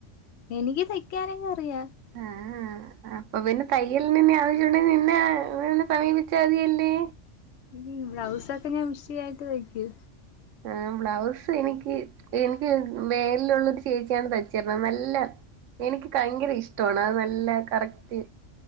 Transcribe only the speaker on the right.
ആഹ്.. അപ്പൊ പിന്നെ തയ്യലിനന്നെ ആവശ്യുണ്ടെ നിന്നെ സമീപിച്ചാ മതിയല്ലേ
ആ ബ്ലൗസ് എനിക്ക് എനിക്ക് വേലിലുള്ളരു ചേച്ചിയാണ് തച്ചരുന്നത് നല്ല എനിക്ക് ഭയങ്കര ഇഷ്ടമാണ് അത് നല്ല കറക്റ്റ്